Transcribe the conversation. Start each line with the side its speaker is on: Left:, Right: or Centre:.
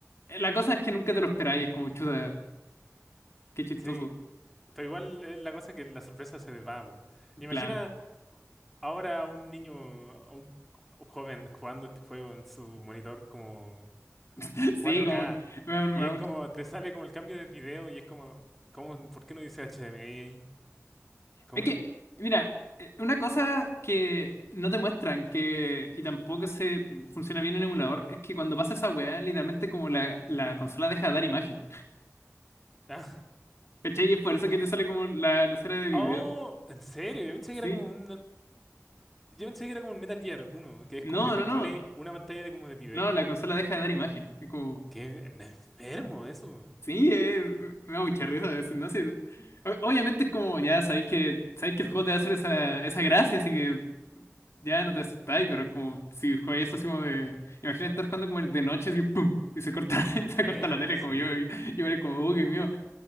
Left: La cosa es que nunca te lo esperáis, es como chuta, qué chistoso.
Centre: sí. Pero igual es la cosa que la sorpresa se desvaba. po. Imagina
Left: Claro.
Centre: ahora a un niño, a un joven jugando este juego en su monitor como
Left: <laughs>
Centre: 4K.
Left: Sí, como. Me, da- me,
Centre: Y es como, te sale como el cambio de video y es como, ¿cómo, por qué no dice HDMI ahí? ¿Cómo?
Left: Es que,
Centre: <laughs>
Left: mira, eh, una cosa que no te muestran que, y tampoco se funciona bien en emulador, es que cuando pasa esa weá, literalmente como la, la consola deja de dar imagen.
Centre: Ah.
Left: ¿Cachai? Y es por eso que te sale como la, la escena de video.
Centre: Oh, en serio, yo pensé
Left: ¿Sí?
Centre: que era como un, yo pensé que era como el Metal Gear uno que es
Left: No,
Centre: como que te
Left: no, no.
Centre: pone una pantalla de como de video.
Left: No, la consola deja de dar imagen. Es como.
Centre: Qué enfermo eso.
Left: Sí, eh, me da mucha risa. es- No sé. O- Obviamente es como, ya sabéis que, sabéis que el juego te va a hacer esa, esa gracia, así que ya no te asustáis, pero es como si jugáis eso así como de. Imagina estar jugando como de noche así, ¡pum! Y se corta, <laughs> se
Centre: Eh,
Left: corta la tele,
Centre: sí.
Left: como yo, yo era como, oh, qué mío.